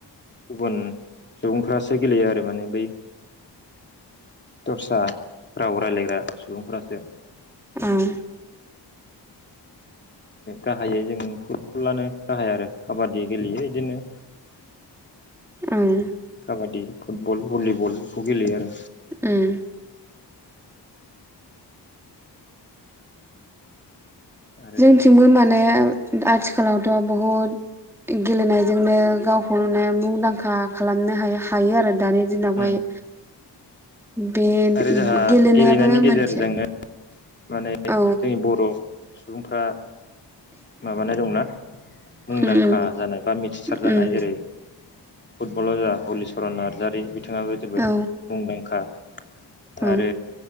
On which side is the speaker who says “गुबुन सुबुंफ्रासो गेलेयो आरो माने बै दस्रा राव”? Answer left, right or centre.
Left